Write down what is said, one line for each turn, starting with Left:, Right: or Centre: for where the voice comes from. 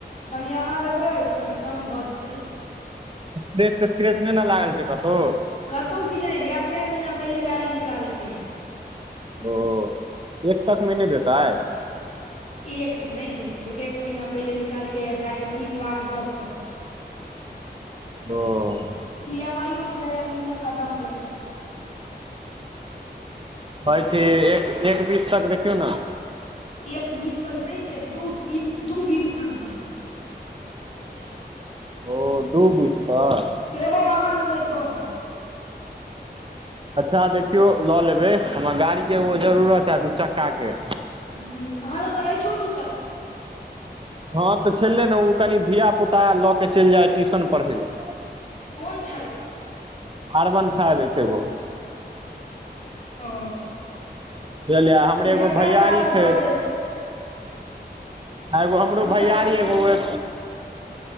Left: कनि आहाँ लेबै तऽ कनि कम भऽ जेतै।
Right: स्करेस तऽ स्क्रेस नैय ने लागल छै कतौ?
Left: कतौ किछ नै छै यार चैर महीना पहिले गाड़ी निकालकै ये।
Right: ओ एक तक मे नैय देताइ?
Left: एक मे नैय देत यौ एक महिना पहिले निकालकै यऽ साढ़े तीन लाख दऽ कऽ।
Right: बअ
Left: ई एम आई हो बुझाइ या नैहे खत्म भेल- छै
Right: कहै छै एक -एक बीस तक देखियौ ने
Left: एक बीस तक नै देत दू तीस दू बीस तक दऽ देत।
Right: ओ दू बीस तक-
Left: सेहो आहाँ लेबै तऽहन।
Right: अच्छा देखियौ लऽ लेबै हमरा गाड़ी के ओ जरूरत है दू चक्का के-
Left: हूँ आहाँ लग तऽ अइछो तू चक्का?
Right: हँ तऽ छेलै ने ओ कनि धिय पुता लऽ के चैल जाय ट्यूशन पढ़य लए।
Left: कोन छेल्ला?
Right: अर्बन फाइब ऐछ एगो।
Left: ओ
Right: बुझलियै हमरे
Left: दू
Right: एगो
Left: चक्का
Right: भैयरी
Left: तोरा लग
Right: छै?
Left: बड अइ
Right: आ एगो हमरो
Left: दू चक्का
Right: भैयारी
Left: बड स्प्लेंडर
Right: एगो अ